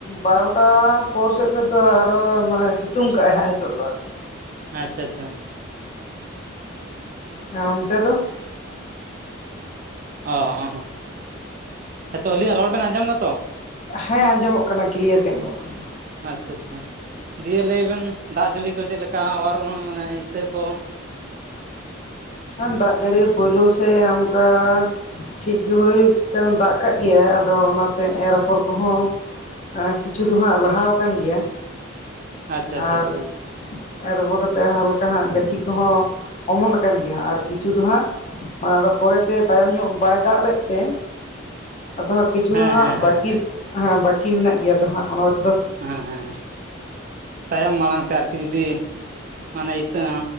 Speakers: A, on the left; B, on the right.
A: ᱵᱟᱨᱚᱴᱟ ᱯᱚᱨ ᱥᱮᱜ ᱠᱷᱚᱡ ᱫᱚ ᱟᱨ ᱦᱚᱸ ᱢᱟᱱᱮ ᱥᱤᱛᱩᱝ ᱠᱟᱜᱟᱭ ᱦᱟᱸᱜ ᱱᱤᱛᱚᱜ ᱫᱚ ᱟᱨᱠᱤ
B: ᱟᱪᱪᱷᱟ ᱟᱪᱪᱷᱟ
A: ᱦᱮᱸ ᱚᱱᱛᱮ ᱫᱚ
B: ᱚ <unintelligible> ᱦᱤᱛᱚᱜ ᱟᱹᱞᱤᱧᱟᱜ ᱨᱚᱲ ᱵᱮᱱ ᱟᱸᱡᱚᱢ ᱫᱟᱛᱚ
A: ᱦᱮᱸ ᱟᱸᱡᱚᱢᱚᱜ ᱠᱟᱱᱟ ᱠᱞᱤᱭᱟᱨ ᱜᱮ ᱟᱸᱡᱚᱢᱚᱜ ᱠᱟᱱᱟ
B: ᱟᱪᱪᱷᱟ ᱟᱪᱪᱷᱟ ᱫᱤᱭᱮ ᱞᱟᱹᱭ ᱵᱮᱱ ᱫᱟᱜ ᱡᱟᱹᱲᱤ ᱠᱚ ᱪᱮᱜ ᱞᱮᱠᱟ ᱟᱵᱟᱨ ᱢᱟᱱᱮ ᱤᱛᱟᱹ ᱠᱚ
A: ᱫᱟᱜ ᱡᱟᱹᱲᱤ ᱯᱳᱭᱞᱳ ᱥᱮ ᱚᱝᱠᱟ ᱴᱷᱤᱠ ᱜᱮ ᱦᱳᱭ ᱠᱟᱱ ᱫᱟᱜ ᱠᱟᱜ ᱜᱮᱭᱟᱭ ᱟᱫᱚ ᱚᱱᱟ ᱛᱮ ᱮᱨ ᱟᱯᱚᱨ ᱠᱚᱦᱚᱸ ᱟ ᱠᱤᱪᱷᱩ ᱫᱚ ᱦᱟᱸᱜ ᱞᱟᱦᱟᱣ ᱟᱠᱟᱱ ᱜᱮᱭᱟ
B: ᱟᱪᱪᱷᱟ ᱟᱪᱪᱷᱟ
A: ᱟᱨ
B: ᱟᱪᱪᱷᱟ
A: ᱮᱨ ᱟᱯᱷᱚᱨ ᱠᱟᱛᱮ ᱦᱟᱞᱠᱟ ᱦᱟᱸᱜ ᱜᱟᱹᱪᱷᱤ ᱠᱚᱦᱚᱸ ᱚᱢᱚᱱ ᱠᱟᱱ ᱜᱮᱭᱟ ᱦᱟᱸᱜ ᱟᱨ ᱠᱤᱪᱷᱩ ᱫᱚ ᱦᱟᱸᱜ ᱢᱟᱱᱮ ᱟᱫᱚ ᱯᱚᱨᱮ ᱛᱮ ᱛᱟᱭᱚᱢ ᱧᱚᱜ ᱵᱟᱭ ᱫᱟᱜ ᱞᱮᱜ ᱛᱮ ᱟᱫᱚ ᱦᱟᱸᱜ ᱠᱤᱪᱷᱩ
B: ᱦᱮᱸ
A: ᱦᱟᱸᱜ
B: ᱦᱮᱸ ᱦᱮᱸ
A: ᱵᱟᱠᱤ
B: ᱦᱮᱸ
A: ᱦᱮᱸ ᱵᱟᱠᱤ ᱢᱮᱱᱟᱜ ᱜᱮᱭᱟ ᱫᱚ ᱦᱟᱸᱜ ᱚᱱᱟᱫᱚ
B: ᱦᱮᱸ ᱦᱮᱸ ᱛᱟᱭᱚᱢ ᱢᱟᱲᱟᱝ ᱛᱮ ᱟᱨᱠᱤ ᱡᱩᱫᱤ ᱢᱟᱱᱮ ᱤᱛᱟᱹ